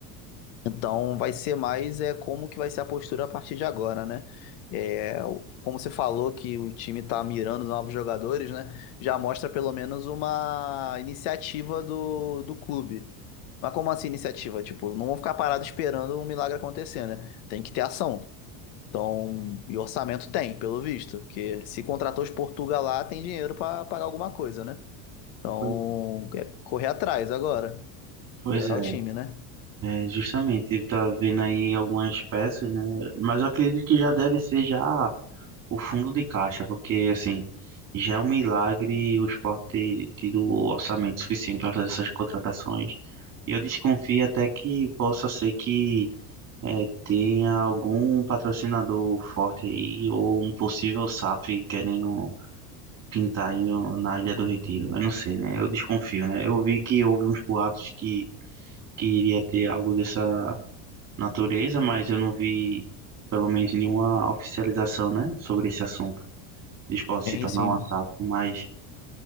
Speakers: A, on the left; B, on the right.
A: Então vai ser mais é como que vai ser a postura a partir de agora, né? É, o- como você falou que o time tá mirando novos jogadores, né? Já mostra pelo menos uma iniciativa do, do clube. Mas como assim iniciativa? Tipo, não vão ficar parados esperando um milagre acontecer, né? Tem que ter ação. Então, e orçamento tem, pelo visto, porque se contratou os Portuga lá, tem dinheiro pra pagar alguma coisa, né? Então,
B: Foi.
A: é correr atrás agora,
B: Pois
A: melhorar
B: é.
A: o time, né?
B: É, justamente, tá vendo aí algumas peças, né? Mas eu acredito que já deve ser já o fundo de caixa, porque assim, já é um milagre o esporte ter tido o orçamento suficiente para fazer essas contratações. E eu desconfio até que possa ser que é, tenha algum patrocinador forte aí, ou um possível SAF querendo pintar aí no- na Ilha do Retiro. Eu não sei, né? Eu desconfio, né? Eu vi que houve uns boatos que que iria ter algo dessa natureza, mas eu não vi, pelo menos, nenhuma oficialização, né, sobre esse assunto, de esporte
A: Sim,
B: se tornar
A: sim.
B: uma SAF. Mas